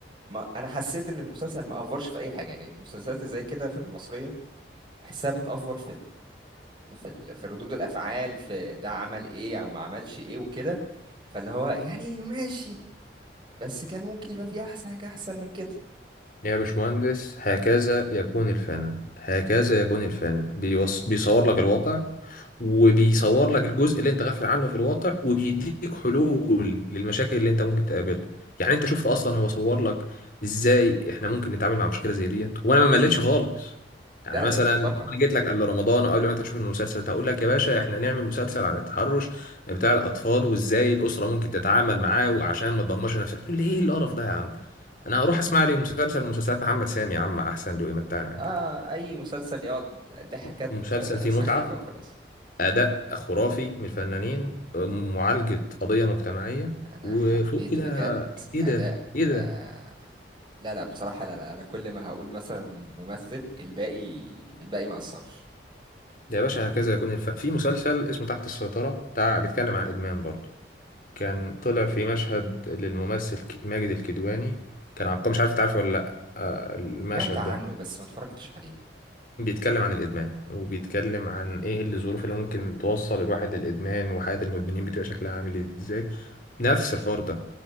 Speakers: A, on the right (about 25°); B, on the left (about 50°).
A: ما أنا حسيت إن المسلسل ما أفورش في أي حاجة يعني المسلسلات زي كده في المصرية بحسها بتأفور في ال... في ال... في ردود الأفعال في ده عمل إيه أو ما عملش إيه وكده فاللي هو يعني ماشي بس كان ممكن يبقى فيه احسن حاجة احسن من كده
B: يا باشمهندس هكذا يكون الفن هكذا يكون الفن بيوص... بيصور لك الواقع وبيصور لك الجزء اللي انت غافل عنه في الواقع وبيديك حلول للمشاكل اللي انت ممكن تقابلها يعني انت شفت اصلا هو صور لك ازاي احنا ممكن نتعامل مع مشكله زي ديت وانا ما مليتش خالص يعني
A: لا
B: مثلا
A: لا مطلقا
B: انا جيت لك قبل رمضان او قبل ما انت تشوف المسلسل ده هقول لك يا باشا احنا نعمل مسلسل عن التحرش بتاع الاطفال وازاي الاسره ممكن تتعامل معاه وعشان ما تدمرش نفسها تقول لي ايه القرف ده يا عم انا اروح اسمع لي مسلسل مسلسلات محمد سامي يا عم احسن له يمتعني عن
A: آه
B: كده
A: اي مسلسل يقعد ضحكات
B: مسلسل
A: آه،
B: فيه
A: سخيفة
B: متعة
A: وخلاص
B: اداء خرافي من الفنانين م- معالجة قضية مجتمعية
A: انا
B: وفوق
A: حبيت
B: كده
A: بجد
B: ايه
A: اداء
B: ده ايه ده
A: آه لا لا بصراحة لا لا انا كل ما هقول مثلا ممثل الباقي الباقي ما اثرش
B: ده يا باشا هكذا يكون الف... في مسلسل اسمه تحت السيطرة بتاع بيتكلم عن ادمان برضه كان طلع في مشهد للممثل ك- ماجد الكدواني كان عبقري مش عارف تعرفه ولا لا آه، المشهد
A: سمعت عنه
B: ده
A: بس ما اتفرجتش عليه
B: بيتكلم عن الإدمان وبيتكلم عن إيه الظروف اللي ممكن توصل الواحد للإدمان وحياة المدمنين بتبقى شكلها عامل إزاي نفس الحوار ده